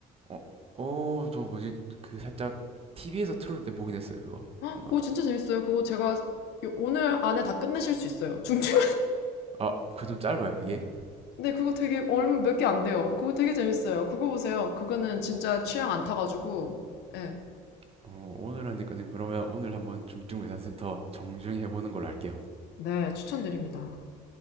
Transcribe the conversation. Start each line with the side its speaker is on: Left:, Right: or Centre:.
Right: 어, 어, 저 뭐지? 그 살짝 TV에서 틀어올 때 보긴 했어요, 그거.
Left: 아,
Right: 뭔가.
Left: 그거 진짜 재밌어요. 그거 제가 요- 오늘 안에 다 끝내실 수 있어요. 중증.
Right: 아, 그 좀 짧아요, 그게?
Left: <laughs> 네, 그거 되게 얼마 몇 개 안 돼요. 그거 되게 재밌어요. 그거 보세요. 그거는 진짜 취향 안 타가지고. 예.
Right: 어, 오늘 하니까는 그러면 오늘 한번 중증 외상센터 정중히 해보는 걸로 할게요.
Left: 네, 추천드립니다.